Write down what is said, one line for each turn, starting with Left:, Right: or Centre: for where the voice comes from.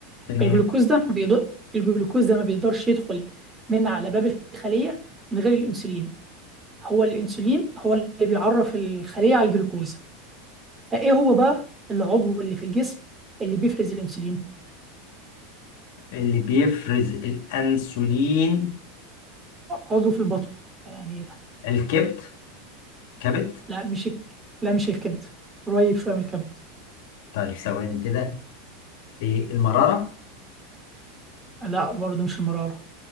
Left: تمام
Right: الجلوكوز ده ما بيقدر الجلوكوز ده ما بيقدرش يدخل من على باب الخلية من غير الانسولين هو الانسولين هو اللي بيعرف الخلية على الجلوكوز فايه هو بقى العضو اللي في الجسم اللي بيفرز الانسولين
Left: اللي بيفرز الأنسولين
Right: عضو في البطن يعني
Left: الكبد كبد
Right: لا مش الك... لا مش الكبد قريب شوية من الكبد
Left: طيب ثواني كده ايه المرارة
Right: لا برضه مش المرارة